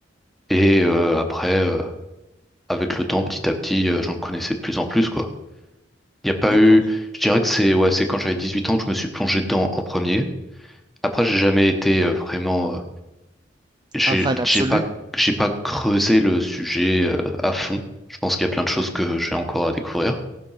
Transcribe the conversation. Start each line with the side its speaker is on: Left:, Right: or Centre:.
Centre: Et euh, après, euh, avec le temps, petit à petit, euh, j'en connaissais de plus en plus, quoi. Il n'y a pas
Right: D'accord.
Centre: eu, je dirais que c'est ouais, c'est quand j'avais 18 ans que je me suis plongé dedans en premier. Après, j'ai jamais été euh, vraiment euh, J'ai
Right: Un fan
Centre: j'ai
Right: absolu?
Centre: pas j'ai pas creusé le sujet euh, à fond. Je pense qu'il y a plein de choses que j'ai encore à découvrir.